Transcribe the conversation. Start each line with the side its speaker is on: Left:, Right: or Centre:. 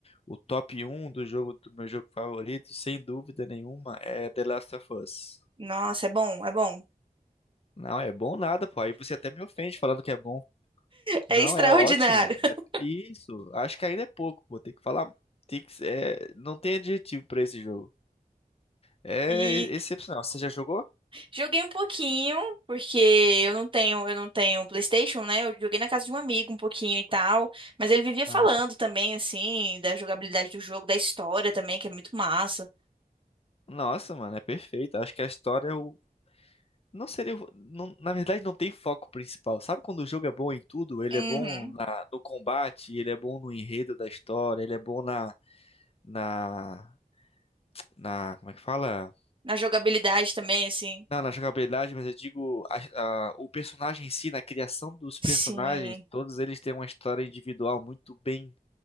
Left: O top um do jogo do meu jogo favorito, sem dúvida nenhuma, é The Last of Us.
Right: Nossa, é bom, é bom.
Left: Não é bom nada, pô. Aí você até me ofende falando que é bom.
Right: É
Left: Não,
Right: extraordinário.
Left: é ótimo. É
Right: <laughs>
Left: isso. Acho que ainda é pouco, pô. Tem que falar, tem que, é, não tem adjetivo pra esse jogo. É
Right: E
Left: excepcional. Você já jogou?
Right: joguei um pouquinho, porque eu não tenho, eu não tenho PlayStation, né? Eu joguei na casa de um amigo um pouquinho e tal, mas ele vivia falando
Left: Aham.
Right: também assim da jogabilidade do jogo, da história também, que é muito massa.
Left: Nossa, mano, é perfeito. Acho que a história é o Não seria. o- não- na verdade, não tem foco principal. Sabe quando o jogo é bom em tudo? Ele
Right: Uhum.
Left: é bom na- no combate, ele é bom no enredo da história, ele é bom na. Na. Na. Como é que fala?
Right: Na jogabilidade também, assim.
Left: Não, na jogabilidade, mas eu digo a- a- o personagem em si, na criação dos personagens,
Right: Sim.
Left: todos eles têm uma história individual muito bem